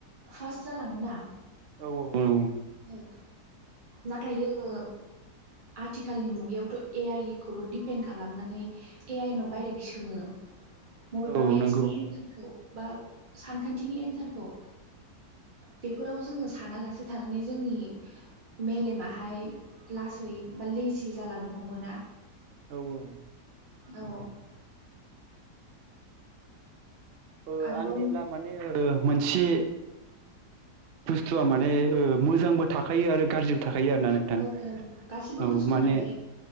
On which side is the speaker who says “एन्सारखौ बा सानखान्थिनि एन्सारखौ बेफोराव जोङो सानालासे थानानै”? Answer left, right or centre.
Right